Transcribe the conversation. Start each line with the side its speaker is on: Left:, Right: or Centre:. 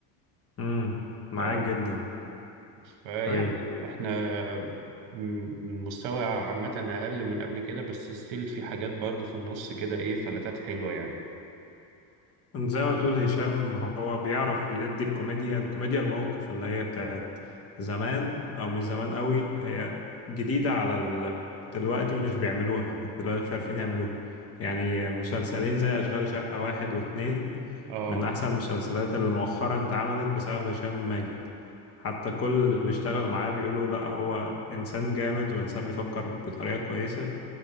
Left: امم معاك
Right: ف...
Left: جدا
Right: فيعني
Left: اي
Right: احنا م- المستوى عامة اقل من قبل كده بس ستيل في حاجات برضه في النص كده ايه فلاتات حلوة يعني
Left: زي ما بتقول هشام هو بيعرف يدي الكوميديا الكوميديا الموقف اللي هي بتاعت زمان او مش زمان قوي هي جديدة على ال... دلوقتي مش بيعملوها دلوقتي مش عارفين يعملوها يعني مسلسلين زي أشغال شقة واحد واتنين
Right: اه
Left: من أحسن المسلسلات اللي مؤخرا اتعملت بسبب هشام ماجد حتى كل اللي بيشتغلوا معاه بيقولوا لا هو إنسان جامد وإنسان بيفكر بطريقة كويسة